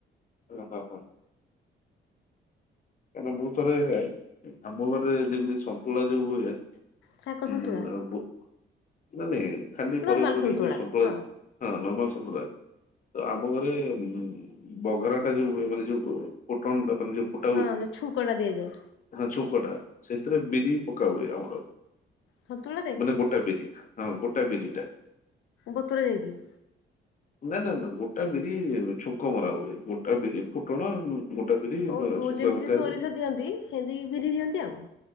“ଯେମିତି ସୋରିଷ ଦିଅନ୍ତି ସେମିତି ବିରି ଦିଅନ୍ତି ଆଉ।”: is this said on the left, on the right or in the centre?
Left